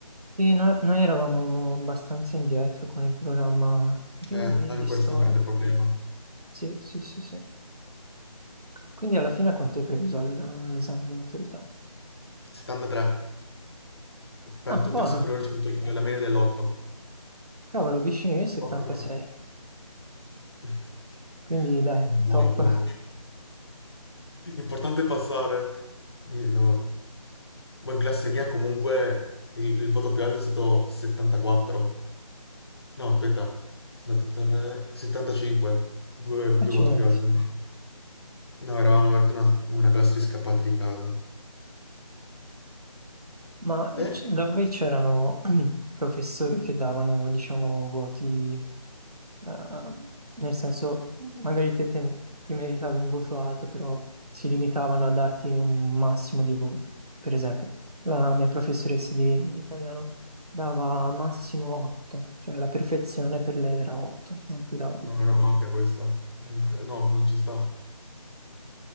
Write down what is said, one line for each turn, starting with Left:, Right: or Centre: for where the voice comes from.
Right: Sì, no- noi eravamo abbastanza indietro con il programma di,
Left: Eh, anche
Right: di
Left: questo
Right: storia.
Left: è un grande problema.
Right: Sì, sì, sì, sì. Quindi alla fine quanto hai preso al- all'esame di maturità?
Left: 73. Per
Right: Ah,
Left: tutte
Right: buono.
Left: le superiori c'è avuto la media dell'8.
Right: Cavolo, vicino io 76.
Left: 8, <laughs>
Right: Quindi dai,
Left: Buono,
Right: top.
Left: buono. Importante passare. Mi- no. Ma in classe mia comunque il, il voto più alto è stato 74. No, aspetta, 73, 75, due,
Right: <laughs> Accidenti.
Left: due volte più alti. No, eravamo veramente una, una classe di scappati di casa.
Right: Ma eh,
Left: Te?
Right: c- da voi c'erano <clears throat> professori che davano, diciamo, voti, eh, nel senso, magari te, te- ti meritavi un voto alto, però si limitavano a darti un massimo di voto. Per esempio, la mia professoressa di italiano dava massimo 8, cioè la perfezione per lei era 8, non ti dava più.
Left: No, è una mafia questa. Eh, boh, No, non ci sta.